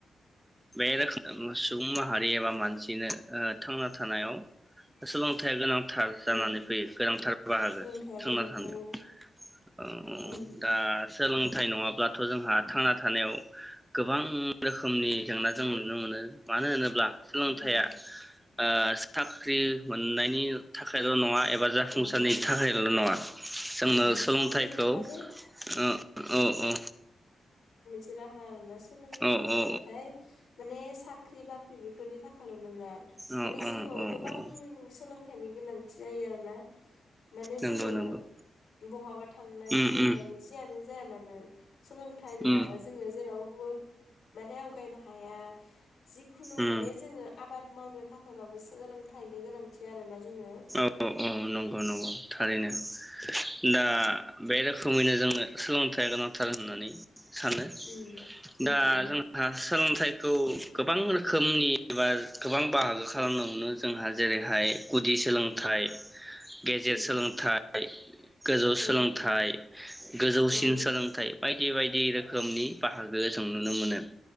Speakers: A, in the centre; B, on the left.
A: बे रोखो सुबुं माहारि एबा मानसिनो ओ थांना थानायाव सोलोंथाइया गोनां थार
B: उम
A: जानानै फैयो गोनांथार बाहागो
B: सोलोंथाइया
A: थांना
B: गोनांथार
A: थानायाव
B: उम
A: औ
B: उम
A: दा सोलोंथाइ नङाब्लाथ जोंहा थांना थानायाव गोबां रोखोमनि जेंना जों नुनो मोनो मानो होनोब ब्ला सोलोंथाइया
B: उम
A: ओ साख्रि मोननायनि थाख थाखायल नङा एबा जाफुंसारनि
B: औ औ
A: थाखायल नङा जोंनो
B: ओं
A: सोलोंथाइखौ
B: साख्रि माने
A: ओ औ औ।
B: से राहा आरोना सो सोलोंथाइ
A: औ
B: होनबाथाय
A: औ
B: माने साख्रि बाख ख्रि बेफोरनि थाखाल नोङा
A: औ
B: माने जिउआव
A: औ
B: गोबां
A: औ
B: सोलोंथाइनि गोनांथि आरोना। माने
A: नंगौ
B: जोङो
A: नंगौ
B: बहाबा थांनाय
A: उम
B: फैनाय
A: उम
B: जियानो जाया मानो सोलोंथाइ नङाबा
A: उम
B: जोङो जेराव बो माने आवगायनो हाया। जिखुनु
A: उम
B: माने जोङो आबाद मावनो थाखायबाबो सोलों थायनो गोनांथि आरो ना जोङो।
A: औ औ नोंगौ नोंगौ थारैनो दा बे रोखोमैनो जों नो सोलोंथाइया गोनांथार होननानै सानो
B: उम उम
A: दा
B: उम
A: जोंहा सोलोंथाइ खौ गोबां रोखोमनि एबा गोबां बाहागो खालामनावनो जोंहा जेरैहाय गुद गुदि सोलोंथाइ गेजेर
B: उम
A: सोलोंथा य। गोजौ सोलोंथाइ
B: औ
A: गोजौसिन
B: औ उम
A: सोलोंथाइ। बायदि बायदि रोख खोमनि बाहागो जोंनो नुनो मोनो।